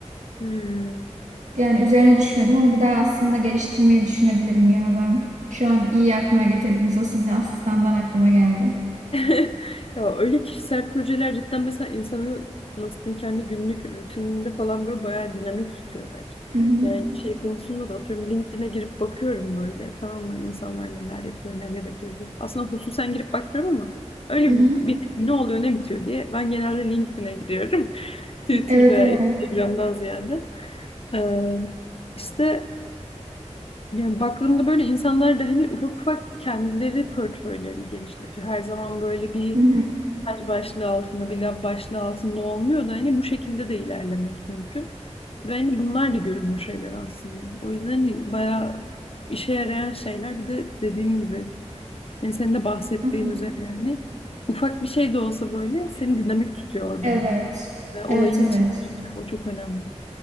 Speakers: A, on the left; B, on the right.
A: Hmm.
B: Yani üzerine düşmedim. Onu bir daha aslında geliştirmeyi düşünebilirim ya ben. Şu an iyi aklıma getirdiniz. O sizin asistandan aklıma geldi.
A: <laughs> Ya öyle kişisel projeler cidden mesela insanı nasıl diyeyim kendi günlük rutininde falan böyle bayağı dinamik tutuyor bence.
B: Hı hı.
A: Yani şey konusunda da atıyorum LinkedIn'e girip bakıyorum böyle tamam mı insanlar neler yapıyor neler yapıyor diye. Aslında hususen girip bakmıyorum ama öyle
B: Hı hı.
A: bir ne oluyor ne bitiyor diye ben genelde LinkedIn'e giriyorum. <laughs> Twitter
B: Evet
A: veya
B: evet.
A: Instagram'dan ziyade. Ee, işte yani baktığımda böyle insanlar da hani ufak ufak kendileri portföylerini genişletiyor. Her zaman böyle bir
B: Hı hı.
A: Hadi başlığı altında bir lab başlığı altında olmuyor da hani bu şekilde de ilerlemek mümkün. Ve hani bunlar da görünür şeyler aslında. O yüzden hani bayağı işe yarayan şeyler bir de dediğim gibi hani senin de bahsettiğin
B: Hı hı.
A: üzere yani ufak bir şey de olsa böyle seni dinamik tutuyor orada
B: Evet.
A: hani. Ve olayın
B: Evet evet.
A: içinde tutuyor. O çok önemli.